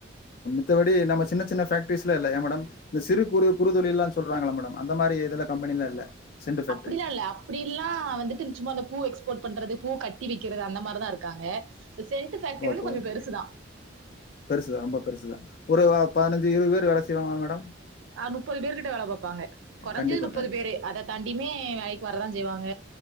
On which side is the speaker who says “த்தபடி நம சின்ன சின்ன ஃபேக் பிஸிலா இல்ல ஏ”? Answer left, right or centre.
Left